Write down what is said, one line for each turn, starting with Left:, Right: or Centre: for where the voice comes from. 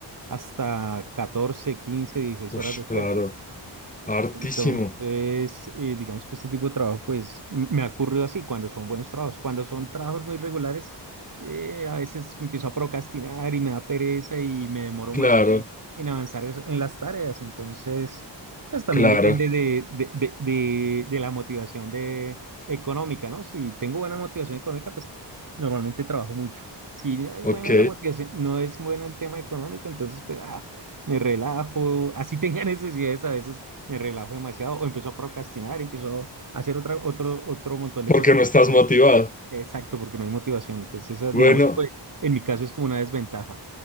Right: hasta 14 15 16
Left: Ush,
Right: horas despierto.
Left: claro, hartísimo,
Right: Entonces, eh, digamos que este tipo de trabajo, pues, m- me ha ocurrido así cuando son buenos trabajos. Cuando son trabajos muy regulares, eh, a veces me empiezo a procrastinar y me da pereza y me demoro
Left: claro,
Right: más en, en avanzar es- en las tareas. Entonces, pues también
Left: claro,
Right: depende de, de, de, de, de la motivación de, económica, ¿no? Si tengo buena motivación económica, pues normalmente trabajo mucho. Si no es
Left: ok,
Right: buena la motivación, no es bueno el tema económico, entonces, pues, ah, me relajo. Así tenga <laughs> necesidades a veces me relajo demasiado o empiezo a procrastinar, empiezo a hacer otra, otro, otro montón de
Left: porque
Right: cosas.
Left: no estás
Right: No,
Left: motivado.
Right: exacto, porque no hay motivación. Entonces, esa,
Left: Bueno,
Right: digamos, pues, en mi caso es como una desventaja.